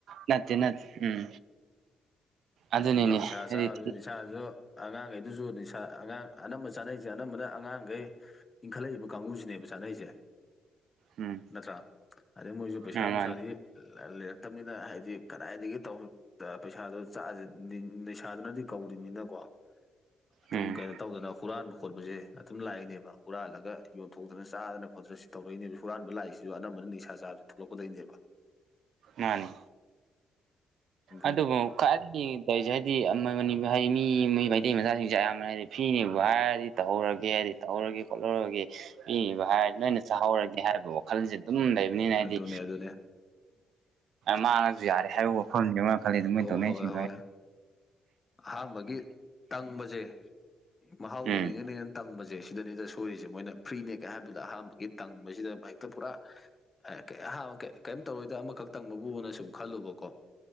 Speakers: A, on the right; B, on the left.
A: ꯅꯠꯇꯦ ꯅꯠꯇ ꯎꯝ ꯑꯗꯨꯅꯤꯅꯦ
B: ꯑꯗꯒꯤ ꯅꯤꯁꯥ
A: ꯍꯥꯏꯗꯤ
B: ꯆꯥꯕꯁꯤ ꯅꯤꯁꯥꯁꯨ ꯑꯉꯥꯡꯈꯩꯗꯨꯁꯨ ꯅꯤꯁꯥ ꯑꯉꯥꯡ ꯑꯅꯝꯕ ꯆꯥꯅꯩꯁꯦ ꯑꯅꯝꯕꯅ ꯑꯉꯥꯡꯈꯩ ꯏꯟꯈꯠꯂꯛꯏꯕ ꯀꯥꯡꯕꯨꯁꯤꯅꯦꯕ ꯆꯥꯅꯩꯁꯦ
A: ꯎꯝ
B: ꯅꯠꯇ꯭ꯔꯥ ꯑꯗꯩ ꯃꯣꯏꯁꯨ ꯄꯩꯁꯥ
A: ꯑ
B: ꯅꯨꯡꯁꯥꯗꯤ
A: ꯃꯥꯅꯤ
B: ꯂꯩꯔꯛꯇꯕꯅꯤꯅ ꯍꯥꯏꯗꯤ ꯀꯗꯥꯏꯗꯒꯤ ꯇꯧ ꯄꯩꯁꯥꯗꯣ ꯆꯥꯛꯑꯁꯦ ꯅꯤꯁꯥꯗꯨꯅꯗꯤ ꯀꯧꯗꯅꯤꯅꯀꯣ ꯑꯗꯨꯝ
A: ꯎꯝ
B: ꯀꯩꯅꯣ ꯇꯧꯗꯅ ꯍꯨꯔꯥꯟꯕ ꯈꯣꯠꯄꯁꯦ ꯑꯗꯨꯝ ꯂꯥꯛꯏꯅꯦꯕ ꯍꯨꯔꯥꯜꯂꯒ ꯌꯣꯟꯊꯣꯛꯇꯅ ꯆꯥꯗꯅ ꯈꯣꯠꯇꯅ ꯁꯤ ꯇꯧꯔꯛꯏꯅꯦꯕ ꯍꯨꯔꯥꯟꯕ ꯂꯥꯛꯏꯁꯨ ꯑꯅꯝꯕꯅ ꯅꯤꯥ ꯆꯥꯕꯁꯤ ꯊꯣꯛꯂꯛꯄꯗꯣꯏꯅꯦꯕ
A: ꯃꯥꯅꯦ
B: ꯑꯗꯨꯅꯤ
A: ꯑꯗꯨꯕꯨ ꯈ꯭ꯋꯥꯏꯗꯒꯤ ꯂꯩꯧꯔꯤꯁꯦ ꯍꯥꯏꯗꯤ ꯍꯥꯏꯗꯤ ꯃꯤ ꯃꯩꯇꯩ ꯃꯆꯥꯁꯤꯡꯁꯦ ꯑꯌꯥꯝꯕꯅ ꯍꯥꯏꯔꯗꯤ ꯐꯤꯅꯦꯕ ꯍꯥꯏꯔꯗꯤ ꯇꯧꯔꯒꯦ ꯍꯥꯏꯗꯤ ꯇꯧꯔꯒꯦ ꯈꯣꯠꯍꯔꯒꯦ ꯏꯕ ꯍꯥꯏ ꯅꯣꯏꯅ ꯆꯥꯍꯧꯔꯒꯦ ꯍꯥꯏꯕ ꯋꯥꯈꯜꯁꯦ ꯑꯗꯨꯝ ꯂꯩ ꯑꯗꯨꯅꯤꯅ ꯍꯥꯏꯗꯤ
B: ꯑꯗꯨꯅꯦ ꯑꯗꯨꯅꯦ
A: ꯃꯥꯡꯉꯁꯨ ꯌꯥꯔꯦ ꯍꯥꯏꯕ ꯋꯥꯐꯝꯁꯤ ꯑꯃ ꯈꯗ ꯃꯣꯏ
B: ꯍꯣꯏ
A: ꯇ ꯅ
B: ꯍꯣꯏ
A: ꯁꯤ
B: ꯍꯣꯏ ꯑꯍꯥꯟꯕꯒꯤ ꯇꯪꯕꯁꯦ ꯃꯍꯥꯎ
A: ꯎꯝ
B: ꯌꯦꯡꯅꯤꯡꯉꯅꯦ ꯇꯪꯕꯁꯦ ꯁꯤꯗꯅꯤꯗ ꯁꯣꯏꯔꯤꯁꯦ ꯃꯣꯏꯅ ꯐ꯭ꯔꯤꯅꯦ ꯀꯥꯏ ꯍꯥꯏꯕꯗꯨꯗ ꯑꯍꯥꯟꯕꯒꯤ ꯇꯪꯕꯁꯤꯗ ꯃꯍꯤꯦꯛꯇ ꯄꯨꯔꯥ ꯑꯦꯍ ꯀꯩꯝ ꯇꯧꯔꯣꯏꯗ ꯑꯃꯈꯛ ꯇꯪꯕꯕꯨꯅ ꯁꯨꯝ ꯈꯜꯂꯨꯕꯀꯣ